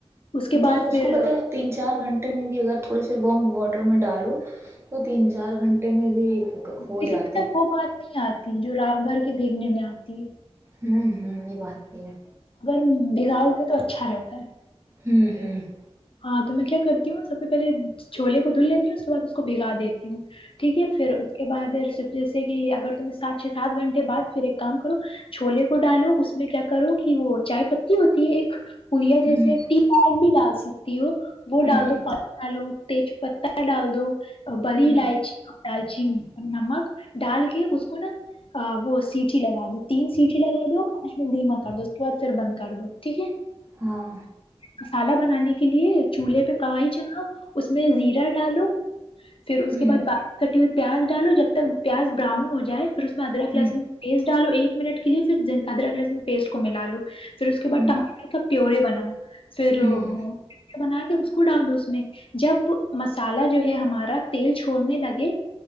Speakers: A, on the left; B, on the right.
A: اس کے
B: نہیں
A: بعد
B: اس
A: پھر
B: کو پتا تین چار گھنٹے گے میں بھی اگر تھوڑے سے وم واٹر میں ڈالو تو تین چار گھنٹے میں بھی ہو
A: لیکن
B: جاتے
A: پت
B: ہیں
A: وہ بات نہیں آتی جو رات بھر کے بھیگنے میں آتی ہے
B: ہوں ہوں یہ بات یہی ہے
A: ہ بگاؤ کے تو اچھا رہتا ہے
B: ہوں ہوں <unintelligible>
A: ہاں تو میں کیا کرتی ہوں سب پہے چھولے کو دھل لیتی ہوں اس کے بعد اس کو بگا دیتی ہوں ٹھیک ہے پھر اس کے بعد جب جیسے کہ اگر تم سات سے سات گھنٹے بد پھر ایک کام کرو چھوولے کو ڈالو اس میں کیا کرو کہ وہ چائے پتی ہوتی ہے ایک پڑیا جیسے
B: ہوں ہوں
A: ٹیار بھی ڈال سک تیو <inaudible> وہ ڈال
B: ہوں
A: دو پاؤچ آلو <unintelligible> تےج پتتا ڈال دو بریی
B: ہوں
A: الائچی دالچیین نمک ڈال کے اس کو نا وہ سیٹیھی لگا دو تین سیٹییں لگا دو کش میں د دیمک کر دو اس بعد پھر بند کر دو ٹھیک ہے
B: ہاں
A: مسالہ بنانے کی کے لیے چولہے پہ کڑھائی چھڈاو اس میں زیرہ ڈالو پھر اس
B: ہوں
A: کے بعد باکی کٹی ہوئی پیاز ڈالو جب تک پیاز براؤن ہو جائے فر اس میں ادرک
B: ہوں
A: لسن پیسٹ ڈالو ایک منٹ کے لیے پھر ادرک لہسن پیسٹ کو ملا لو پھر اس کے بعد
B: ہوں
A: ٹماٹر کا پیورے بناو پھر
B: ہوں
A: بنا کے اس کو ڈال دو اس میں جب مسالہ جو ہے ہمارا تیل چھوڑنے لگے